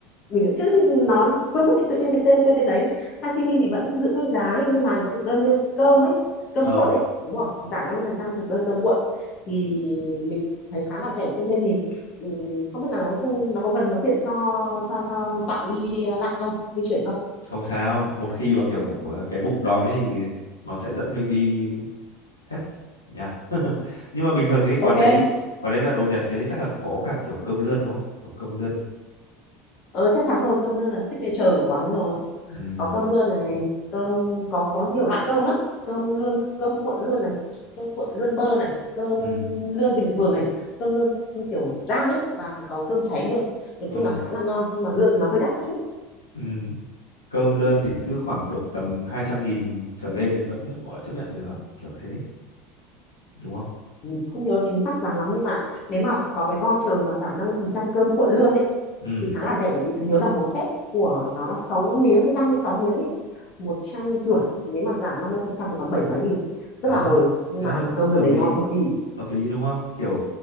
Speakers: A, on the left; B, on the left.
A: mình cũng trước khi nói quên mất cái tự nhiên cái tên quên tên đấy sashimi thì vẫn giữ nguyên giá ấy, nhưng mà thực đơn như cơm ấy cơm
B: Ờ,
A: cuộn ấy đúng rồi giảm 50% thực đơn cơm cuộn thì mình thấy khá là rẻ tuy nhiên thì ừm, không biết là nó nó có gần nó tiện cho cho cho bạn đi lại không di chuyển không
B: không sao. Một khi mà kiểu ờ, cái bụng đói thì nó sẽ dẫn mình đi hết nha. <laughs> Nhưng mà bình thường thế quán
A: ok
B: đấy, quán đấy là đồ Nhật thế đấy chắc là có cả kiểu cơm lươn đúng không? Kiểu cơm lươn.
A: ờ, chắc chắn rồi cơm đơn là signature của quán ấy rồi
B: Ừ,
A: có cơm lươn này cơm có có nhiều loại cơm lắm cơm lươn cơm cuộn lươn này cơm cuộn lươn bơ này cơm
B: ừ,
A: lươn bình thường này cơm lươn kiểu rang ấy và có cơm cháy luôn nói
B: ừ,
A: chung là khá là ngon nhưng mà lươn thì nó hơi đắt một chút
B: ừ. Cơm lươn thì cứ khoảng độ tầm hai trăm nghìn trở lên thì vẫn gọi là chấp nhận được, kiểu thế, đúng không?
A: Ừ, không nhớ chính xác giá lắm nhưng mà nếu mà có cái voucher mà giảm 50% cơm cuộn lươn ấy
B: Ừ,
A: thì khá là rẻ bởi vì tôi nhớ là một set của nó là 6 miếng hay 56 miếng ấy một trăm rưỡi thì nếu mà giảm 50% thì còn bảy mấy nghìn rất
B: ờ,
A: là hời nhưng
B: thế
A: mà
B: là hợp
A: cơm
B: hợp
A: lươn đấy
B: lý,
A: ngon cực kỳ
B: hợp lý đúng không? Kiểu